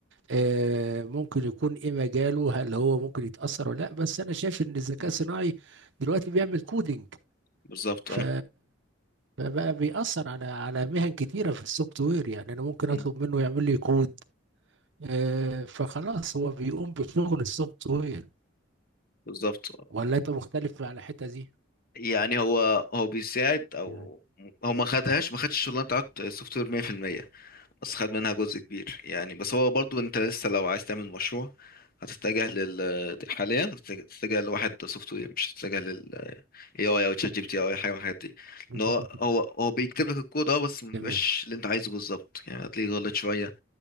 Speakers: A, on the right (about 65°); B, on the left (about 50°).
A: آه، ممكن يكون ايه مجاله هل هو ممكن يتأثر ولا لا بس انا شايف ان الذكاء
B: مم.
A: الصناعي دلوقتي بيعمل كودينج
B: بالظبط
A: ف
B: اه
A: فبقى بيأثر على على مهن كتيرة في السوفت وير يعني انا ممكن
B: مم.
A: اطلب منه يعمل لي كود آه، فخلاص هو بيقوم بشغل السوفت وير
B: بالظبط آه.
A: ولا انت مختلف على الحتة دي؟
B: يعني هو هو بيساعد او
A: يعني
B: هو ما خدهاش ما خدش الشغلانه بتاعت السوفت وير 100% بس خد منها جزء كبير يعني بس هو برضو انت لسه لو عايز تعمل مشروع هتتجه لل حاليا هتتجه لواحد سوفت وير مش هتتجه لل اي اي او تشات جي بي تي او اي حاجه من الحاجات دي
A: للذكاء
B: ان هو
A: الاصطناعي
B: هو هو بيكتب لك الكود اه بس ما بيبقاش
A: تمام
B: اللي انت عايزه بالظبط يعني هتلاقيه غلط شويه